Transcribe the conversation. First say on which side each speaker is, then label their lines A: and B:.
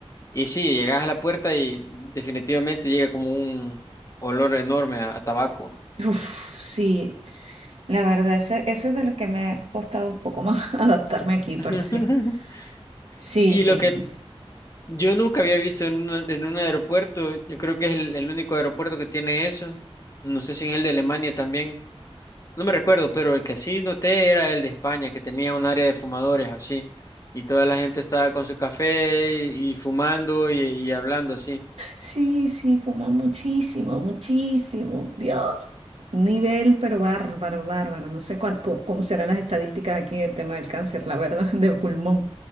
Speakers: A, on the left; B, on the right.
A: y sí, llegas a la puerta y definitivamente llega como un olor enorme a, a tabaco.
B: Uf, sí, la verdad, eso, eso es de los que me ha costado un poco más <laughs> adaptarme aquí, pero
A: <laughs>
B: sí. Sí,
A: Y
B: sí,
A: lo que
B: sí.
A: yo nunca había visto en, una- en un aeropuerto, yo creo que es el, el único aeropuerto que tiene eso, no sé si en el de Alemania también. No me recuerdo, pero el que sí noté era el de España, que tenía un área de fumadores así, y toda la gente estaba con su café y, y fumando y, y hablando así.
B: Sí, sí, fumó muchísimo, muchísimo. Dios, un nivel, pero bárbaro, bárbaro. No sé cuál- co- cómo serán las estadísticas aquí del tema del cáncer, la verdad, <laughs> de pulmón.